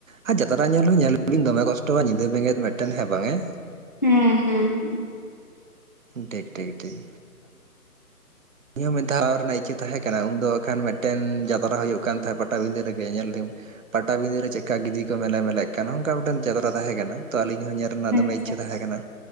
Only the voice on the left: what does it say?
ᱦᱩᱸ ᱦᱩᱸ ᱦᱩᱸ
ᱟᱪᱪᱷᱟ
ᱟᱪᱪᱷᱟ